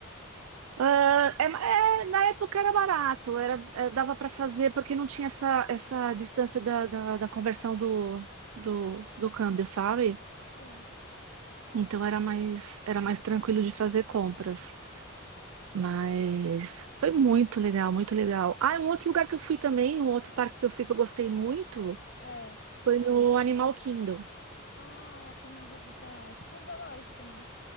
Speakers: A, on the right; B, on the left.
A: Ah, é, ma- é, na época era barato, era, é, dava para fazer porque não tinha essa, essa distância da, da, da conversão do, do, do câmbio, sabe?
B: Sim.
A: Então era mais, era mais tranquilo de fazer compras. Mas foi muito legal, muito legal. Ah, um outro lugar que eu fui também, um outro parque que eu fui que eu gostei muito,
B: Ah,
A: foi no Animal Kingdom.
B: Ah, também já ouvi falar. É tipo um zoológico, né?